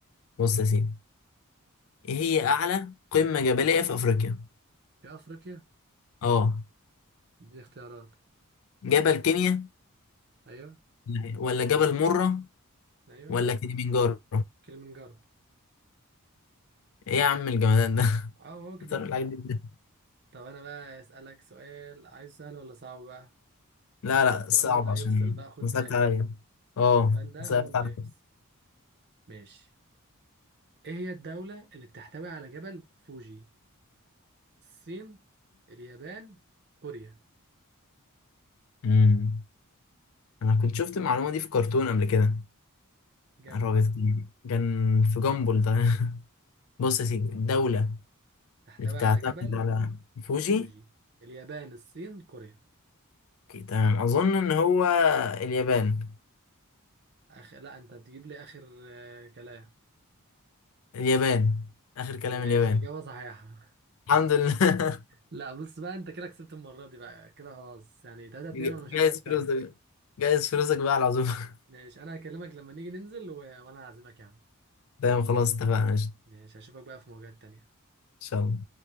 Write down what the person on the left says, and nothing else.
بص يا سيدي ايه هي اعلى قمة جبلية في افريقيا
اه
جبل كينيا
لا، ولا جبل مرة
ولا كليمنجارو
ايه يا عم الجمدان ده <laughs>
بتعرف الحاجات دي إزاي؟
لا لا
صعب
عشان
صعبت
عليا اه
صعبت
عليا
امم انا كنت شفت المعلومة دي في كرتون قبل كده
عربت
كان في جامبل ده <laughs> بص يا سيدي الدولة
اللي بتعتمد
على فوجي
تمام اظن ان هو اليابان
اليابان آخر كلام
اليابان
الحمد لله
<laughs>
جايز
فلوسك جايز فلوسك بقى على العزومة
<laughs> تمام خلاص اتفقنا ماشي. إن
شاء الله